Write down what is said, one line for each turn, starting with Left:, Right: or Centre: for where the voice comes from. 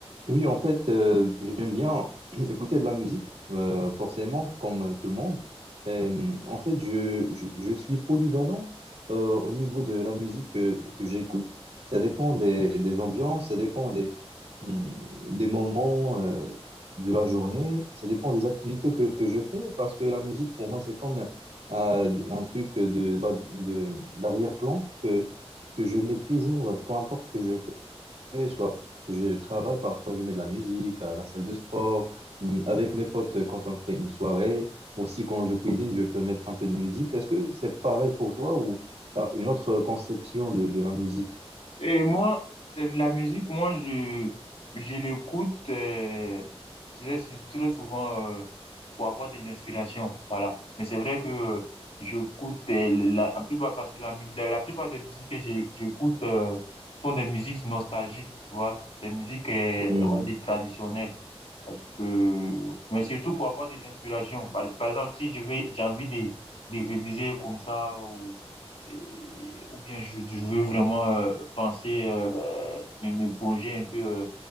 Right: Oui, en fait, euh, j'aime bien <clears throat> écouter de la musique, euh, forcément, comme euh, tout le monde. Euh, en fait, je, je, je suis polyvalent euh, au niveau de la musique que, que j'écoute. Ça dépend des, des ambiances, ça dépend des, hum, des moments euh, de la journée, ça dépend des activités que, que je fais, parce que la musique, pour moi, c'est comme euh, un truc de, bah, de, d'arrière-plan que, que je mets toujours, peu importe ce que je fais fais, soit je travaille, parfois je mets de la musique à la salle de sport, hum, avec mes potes euh, quand on fait une soirée, aussi quand je cuisine, je peux mettre un peu de musique. Est-ce que c'est pareil pour toi ou tu as une autre conception de, de la musique?
Left: Et moi, c'est la musique, moi, je, je l'écoute, euh, je sais, c'est très souvent euh, pour avoir de l'inspiration, voilà. Mais c'est vrai que euh, j'écoute euh, la, la plupart, parce que la, mu- la, la plupart des musiques que j'ai- j'écoute euh, sont des musiques nostalgiques, tu vois, des musiques euh,
Right: Hum,
Left: ouais, des traditionnelles. Parce que, mais surtout pour avoir de l'inspiration. Par, par exemple, si je vais, j'ai envie de, de réviser comme ça, ou, et- ou bien je, je veux vraiment euh, penser, euh, euh, me, me plonger un peu euh,